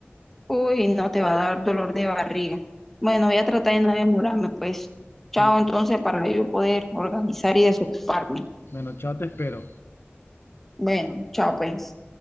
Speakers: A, in the centre; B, on the left (about 65°).
A: Uy, no te va a dar dolor de barriga. Bueno, voy a tratar de no demorarme, pues. Chao,
B: Ujú.
A: entonces, para yo poder organizar y desocuparme.
B: Bueno, chao, te espero.
A: Bueno, chao, pues.